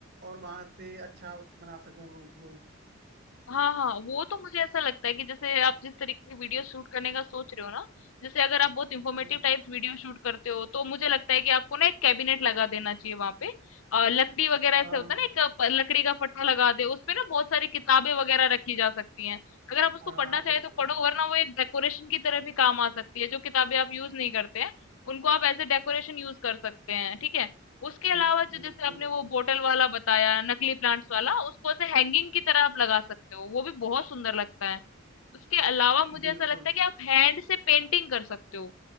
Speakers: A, on the right; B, on the left.
A: और वहां से अच्छा बना सकूं रूम को
B: हाँ हाँ वो तो मुझे ऐसा लगता है कि जैसे आप जिस तरीके की वीडियो शूट करने का सोच रहे हो ना जैसे अगर आप बहुत इंफॉर्मेटिव
A: हम्म,
B: टाइप वीडियो शूट करते हो तो मुझे लगता है कि आपको ना एक कैबिनेट लगा देना चाहिए वहां पे अ, लकड़ी वगैरह ऐसे
A: हाँ
B: होता है ना एक प- लकड़ी का पट्टा लगा दे उसपे ना बहुत सारी किताबें वगैरह रखी जा सकती हैं अगर आप उसको
A: हाँ
B: पढ़ना चाहे
A: बिल्कुल
B: तो पढ़ो वरना वो एक डेकोरेशन की तरह भी काम आ सकती है जो किताबें आप यूज नहीं करते हैं उनको आप एज ए डेकोरेशन यूज कर सकते हैं ठीक है उसके अलावा
A: बिल्कुल
B: जो जैसे आपने
A: बिल्कुल
B: वो बोटल वाला बताया नकली प्लांट्स वाला उसको ऐसे हैंगिंग की तरह आप लगा सकते हो वो भी बहुत सुंदर लगता है उसके अलावा मुझे
A: बिल्कुल
B: ऐसा लगता है
A: बिल्कुल।
B: कि आप हैंड से पेंटिंग कर सकते हो